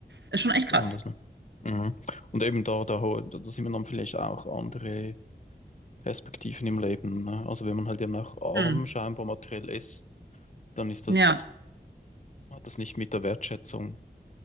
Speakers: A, on the right (about 80°); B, on the left (about 45°).
A: ist schon echt
B: ist
A: krass.
B: anders, ne? Mhm. Und eben da, da, ho- da sieht man dann vielleicht auch andere Perspektiven im Leben, ne? Also wenn man halt eben auch arm
A: Hm.
B: scheinbar materiell ist, dann ist
A: Ja,
B: das, hat das nicht mit der Wertschätzung.